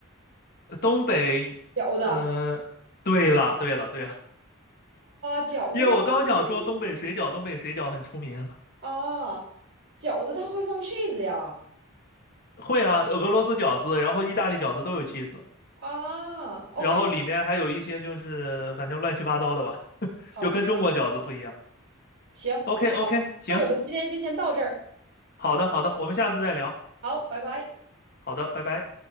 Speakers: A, on the left; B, on the right.
A: 呃东北，
B: 饺子啊，
A: 呃，对了对了对了，
B: 饺子它放
A: 因为我刚想说东北水饺，
B: cheese
A: 东北水饺很出名。
B: 啊，饺子它会放 cheese 呀
A: 会啊，俄罗斯饺子，然后意大利饺子都有 cheese。
B: 啊，OK，
A: 然后里面还有一些就是反正乱七八糟的吧，
B: 好，
A: 就跟中国饺子不一样。
B: 行，
A: OK OK，行，
B: 那我们今天就先到这儿，
A: 好的好的，我们下次再聊。
B: 好，拜拜。
A: 好的，拜拜。